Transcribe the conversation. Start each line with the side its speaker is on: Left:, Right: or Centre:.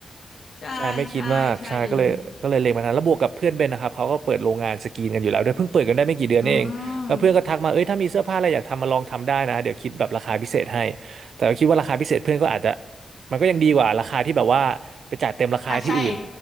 Left: ใช่ใช่ใช่เลย
Right: ใช่ไม่คิดมากใช่ก็เลยก็เลยเล็งมาทานแล้วบวกกับเพื่อนเบนนะครับเขาก็เปิดโรงงานสกรีนกันอยู่แล้วด้วยเพิ่งเปิดกันได้ไม่กี่เดือนนี่เองแล้วเพื่อนก็ทักมาเอ้ยถ้ามีเสื้อผ้าอะไรอยากทำมาลองทำได้นะเดี๋ยวคิดแบบราคาพิเศษให้
Left: อืม
Right: แต่ก็คิดว่าราคาพิเศษเพื่อนก็อาจจะมันก็ยังดีกว่าราคาที่แบบว่าไปจ่ายเต็มราคาที่อื่น
Left: อ่ะใช่